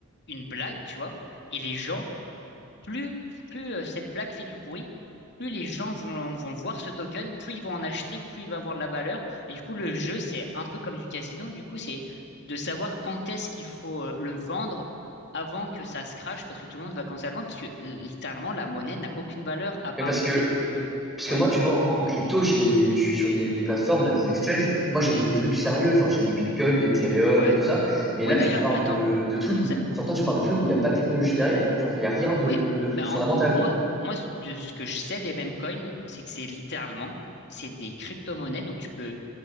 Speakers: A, on the left; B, in the centre.
A: une blague, tu vois. Et les gens Plus, plus euh, cette blague fait du bruit, plus les gens vont, vont voir ce token, plus ils vont en acheter, plus il va avoir de la valeur. Et du coup, le jeu, c'est un peu comme du casino. Du coup, c'est de savoir quand est-ce qu'il faut euh, le vendre avant que ça se crache, parce que tout le monde va commencer à le vendre, parce que euh, littéralement, la monnaie n'a aucune valeur à part
B: parce
A: le
B: que
A: fait que...
B: Parce
A: Ouais,
B: que moi, tu vois, en, en crypto, j'ai, je suis sur des, des plateformes, là, des exchanges. Moi, j'ai que des trucs sérieux. Enfin, j'ai du Bitcoin, de l'Ethereum
A: ouais.
B: et tout ça. Mais
A: Ouais,
B: là, tu
A: d'ailleurs,
B: me parles
A: attends.
B: de, de trucs où,
A: Ça...
B: enfin, toi, tu parles de trucs où il n'y a pas de technologie derrière. Genre, il n'y a rien de,
A: Oui,
B: de
A: bah,
B: de fondamental.
A: en- moi, moi, ce de ce que je sais des meme coins, c'est que c'est littéralement, c'est des crypto-monnaies, donc tu peux